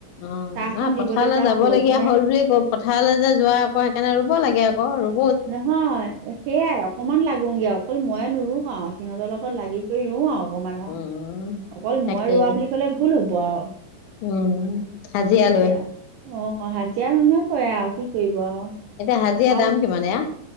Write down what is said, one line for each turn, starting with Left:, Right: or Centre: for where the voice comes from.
Left: অ', নহয়,
Right: চাহকণ দিবলৈ
Left: পথাৰলৈ
Right: যাওঁ
Left: যাবলগীয়া
Right: গৈ পেলাই
Left: হ'ল বুলি পথাৰলৈ যে যোৱা আকৌ সেইকাৰণে ৰুব লাগে আকৌ ৰু
Right: নহয়, সেইয়াই অকমান লাগোগে আৰু, অকল মইয়ে নুৰু। অ', সিহঁতৰ লগত লাগি কৰি ৰুও আৰু। অকমান আৰু,
Left: উম
Right: অকল
Left: তাকেই
Right: মই ৰোৱা বুলি কলে ভুল হ'ব আৰু,
Left: উম হাজিৰা
Right: সেইটোৱে।
Left: লৈ
Right: অ', হাজিৰা মানুহে কৰে আৰু কি কৰিব আৰু।
Left: এতিয়া হাজিৰা
Right: আৰু
Left: দাম কিমান এইয়া?